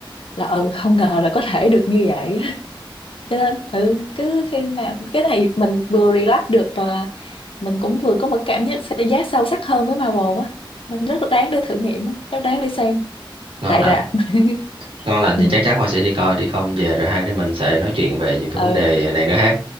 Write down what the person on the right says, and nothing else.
ngon
lành
ngon lành
thì chắc chắn Hoa sẽ đi coi đi coi về rồi hai đứa mình sẽ nói chuyện về những cái vấn
đề này nữa ha